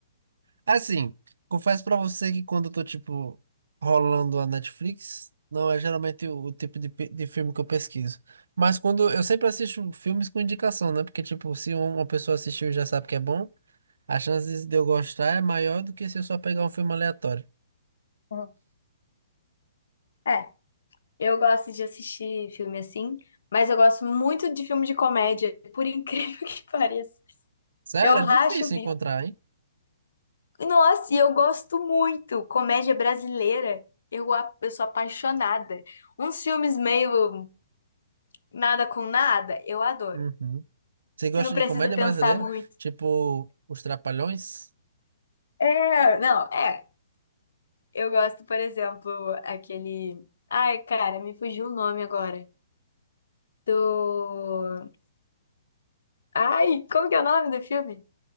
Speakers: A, on the right (about 75°); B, on the left (about 75°).
A: Assim, confesso pra você que quando eu tô, tipo, rolando a Netflix, não é geralmente o, o tipo de, pe- de filme que eu pesquiso. Mas quando eu sempre assisto filmes com indicação, né? Porque, tipo, se um- uma pessoa assistiu e já sabe que é bom, a chance de eu gostar é maior do que se eu só pegar um filme aleatório.
B: Uhum. É, eu gosto de assistir filme assim, mas eu gosto muito de filme de comédia, por incrível <laughs> que pareça.
A: Sério,
B: Eu racho
A: é difícil
B: o bico.
A: encontrar, hein?
B: Nossa, e eu gosto muito. Comédia brasileira, eu, a- eu sou apaixonada. Uns filmes meio nada com nada, eu adoro.
A: Uhum. Você gosta
B: Que não precisa
A: de comédia
B: pensar
A: brasileira?
B: muito.
A: Tipo, Os Trapalhões?
B: É, não, é. Eu gosto, por exemplo, aquele. Ai, cara, me fugiu o nome agora. Do. Ai, como que é o nome do filme?